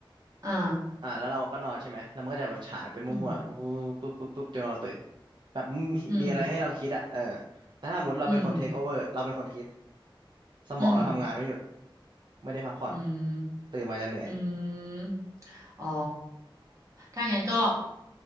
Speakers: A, on the right (about 35°); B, on the right (about 55°).
A: อ่า
B: อ่ะแล้วเราก็นอนใช่ไหมแล้วมันก็จะแบบฉายไปมั่วๆวูบปุ๊บปุ๊บปุ๊บจนเราตื่น
A: อืม
B: แบบมีมีอะไรให้เราคิดอ่ะเออ
A: อืม
B: แต่ถ้าสมมติเราเป็นคนเทคโอเวอร์เราเป็นคนคิด
A: อืม
B: สมองเราทำงานไม่หยุด
A: อืม
B: ไม่ได้พักผ่อน
A: อืม
B: ตื่นมาจะเหนื่อย
A: อืมอ๋อถ้างั้นก็